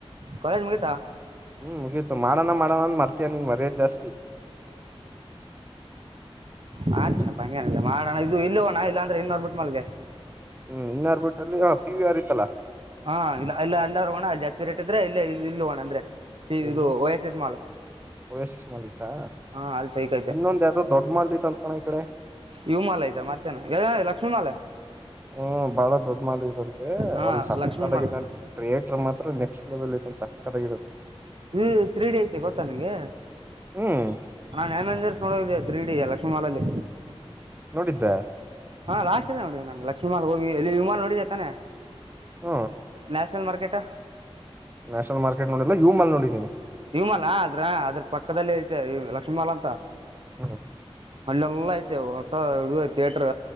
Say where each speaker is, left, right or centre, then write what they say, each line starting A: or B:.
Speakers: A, on the right (about 60°); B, on the right (about 20°).
A: ಕಾಲೇಜ್ ಮುಗಿತಾ
B: ಹ್ಮ್ ಮುಗೀತು ಮಾಡೋಣ ಮಾಡೋಣ ಅಂದ ಮರ್ತಿಯ ನೀನ್ ಮರ್ಯದ್ ಜಾಸ್ತಿ
A: ಮಾಡ್ತಣ್ಣ
B: ಹ್ಮ್
A: ಪಂಗ್ಯನಲ್ಲ ಮಾಡೋಣ ಇದು ಇಲ್ಲೋಣ ಇಲ್ಲಾಂದ್ರೆ ಇನ್ನೋರ್ ಬಿಟ್ಟ ಮಲ್ಗೆ
B: ಹ್ಮ್ ಇನ್ನಾರ್ ಬಿಿಟ್ಟಲ್ಲಿ ಹ ಪಿವಿ ಆರಿತ್ತಲ್ಲಾ
A: ಹಾ ಇಲ್ಲ ಇಲ್ಲ ಎಲ್ಲ ಹೋಗಣ ಜಾಸ್ತಿ ರೇಟ್ ಇದ್ರೆ ಇಲ್ಲ ಇ ಇಲ್ಲ ಹೋಗೋಣ ಅಂದ್ರೆ ಈ-
B: ಎಲ್ಲಿ
A: ಇದು ಓ ಎಸ್ ಎಸ್ ಮಾಲ್
B: ವಯಸ್ ಎಸ್ ಮಲಿತಾ
A: ಹಾ ಅಲ್ಲಿ ಸೈಕ್
B: ಇನ್ನೊಂದ್ ಯಾವದೋ ದೊಡ್ಡ ಮಲ್ಲಿತ್ ಅಂತಣ ಈ ಕಡೆ
A: ಇವ ಮಾಾಲಾ ಇದಐ್ದಾರೆ ಮತ್ತೇನ ಲಕ್ಷ್ಮೀ ಮಾಾಲ
B: ಹ್ಮ್ ಬಾಳ ದೊಡ್್ಮಾಲಂತೆ
A: ಹಾ
B: ಅಲ್ಲಿ ಸಕ್ಕದಾಗ
A: ಲಕ್ಷ್ಮಿ ಮಾಲ್ ಅದು
B: ಥಿಯೇಟ್ರರ್ ಮಾತ್ರ ಎಷ್ಟ ಲೆವೆಲ್ ಐತೆ ಸಕ್ಕಾಗ
A: ಈ ತ್ರೀ ಡಿ ಐತೆ ಗೊತ್ತಾ ನಿಂಗೆ
B: ಹ್ಮ್
A: ನಾನ್ಮರ್ ನೋಡ ೀಡ ಲಕ್ಷ್ಮಿ ಮಾಾಲಲ್ಲಿ
B: ನೋಡಿದ್ದೆ
A: ಹಾ ಲಾಸ್ಟ್ ಇದೆ ನೋಡಿದ್ದ ನಾು ಲಕ್ಷ್ಮಮಾಲ್ ಹೋಗಿಲ್ಲಿ ವಿಮಾ ನೋಡಿದೆೇ ತಾನೆ
B: ಹ್ಮ್
A: ನ್ಯಾಷನಲ್ ಮಾರ್ಕೆಟಾ
B: ನ್ಯಾಷನ ಮಾರ್ಕಟ್ೋಡಲ್ಲ ಯು ಅ ನೋಡೀಿ
A: ಇಮಾಲಾ ಅದ್ರ ಅದ್ರ ಪಕ್ಕದಲ್ಲಿ ಐತೆ ಲಕ್ಷ್ಮೀ ಮಾಲಾ ಅಂತ
B: ಹ್ಮ
A: ಅಲ್ಲೆಲ್ಲ ಐತೆ ಹೊಸ ಇ ಥಿಯೇಟರ್